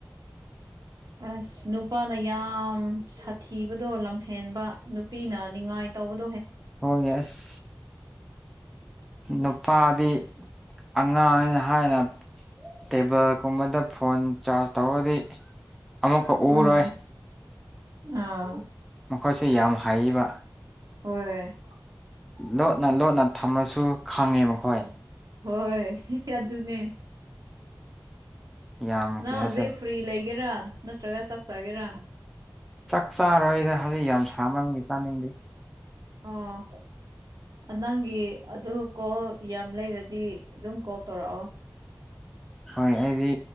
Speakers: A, in the centre; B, on the right (about 55°).
A: <inaudible>
B: ꯑꯁ ꯅꯨꯄꯥꯅ ꯌꯥꯝ ꯁꯥꯊꯤꯕꯗꯣ ꯂꯝꯍꯦꯟꯕ ꯅꯨꯄꯤꯅ ꯅꯤꯡꯉꯥꯏ ꯇꯧꯕꯗ
A: ꯑꯣ ꯌꯦꯁ ꯅꯨꯄꯥꯗꯤ ꯑꯉꯥꯡꯅ ꯍꯥꯏꯅ ꯇꯦꯕꯜꯒꯨꯝꯕꯗ ꯐꯣꯟ ꯆꯥꯔꯖ ꯇꯧꯔꯗꯤ ꯑꯃꯛꯈꯛ
B: ꯎꯝ
A: ꯎꯔꯣꯏ
B: ꯑꯥ
A: ꯃꯈꯣꯏꯁꯤ ꯌꯥꯝ ꯍꯕ
B: ꯍꯣꯏ
A: ꯂꯣꯠꯅ ꯂꯣꯠꯅ ꯊꯝꯂꯁꯨ ꯈꯪꯉꯦ ꯃꯈꯣꯏ
B: ꯍꯣꯏ ꯀꯌꯥ ꯑꯗꯨꯃꯦ
A: ꯌꯥꯝ
B: ꯅꯪ
A: ꯀ꯭ꯔꯤ
B: ꯍꯧꯖꯤꯛ
A: ꯍꯥꯏꯁꯦ
B: ꯐ꯭ꯔꯤ ꯂꯩꯒꯦꯔꯥ ꯅꯠꯇ꯭ꯔꯒ ꯆꯞ ꯆꯥꯒꯦꯔꯥ
A: ꯆꯥꯛ ꯆꯥꯔꯣꯏꯗ ꯍꯧꯖꯤꯛ ꯌꯥꯝ ꯁꯥ ꯃꯔꯝꯒꯤ ꯆꯥꯅꯤꯡꯗꯦ
B: ꯑꯥ ꯅ ꯅꯪꯒꯤ ꯑꯗꯨ ꯀꯣꯜ ꯌꯥꯝ ꯂꯩꯔꯗꯤ ꯑꯗꯨꯝ ꯀꯣꯜ ꯇꯧꯔꯛꯑꯣ
A: ꯍꯣꯏ ꯑꯩꯗꯤ